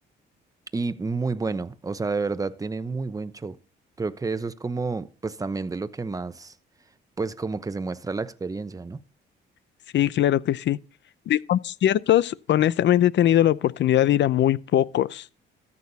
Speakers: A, on the right; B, on the left.
A: Y muy bueno, o sea, de verdad tiene muy buen show. Creo que eso es como, pues también de lo que más, pues como que se muestra la experiencia, ¿no?
B: Sí, claro que sí. De conciertos, honestamente he tenido la oportunidad de ir a muy pocos.